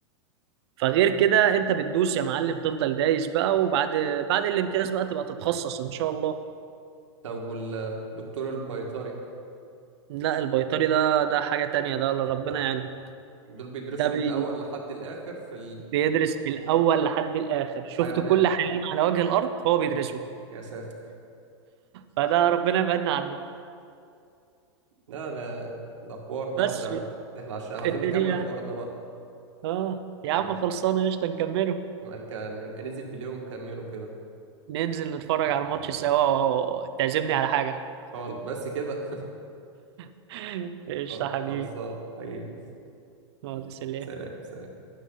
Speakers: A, on the right (about 60°); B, on the right (about 85°).
A: فغير كده انت بتدوس يا معلم تفضل دايس بقى وبعد بعد الامتياز بقى تبقى تتخصص ان شاء الله
B: طب والدكتور البيطري
A: لا البيطري ده ده حاجة تانية ده الله ربنا يعينهم
B: دول بيدرسوا
A: ده بي
B: من الأول لحد الآخر في
A: بيدرس من الأول لحد الآخر شفت
B: الحيوانات
A: كل حيوان على وجه الأرض هو بيدرسه
B: مم. يا ساتر
A: فده ربنا يبعدنا عنه
B: لا ده ده حوار ده
A: بس
B: ده ده احنا عشان عاوزين
A: الدنيا
B: نكمل الحوار ده بقى
A: اه يا عم
B: يبقى
A: خلصانة قشطة نكمله
B: يبقى نك- ننزل بالليل ونكمله كده
A: ننزل نتفرج على الماتش سوا تعزمني على حاجة
B: خال بس كده
A: <laughs> قشطة
B: <laughs>
A: حبيبي
B: خلصان حبيبي
A: يلا
B: ماشي
A: سلام
B: سلام سلام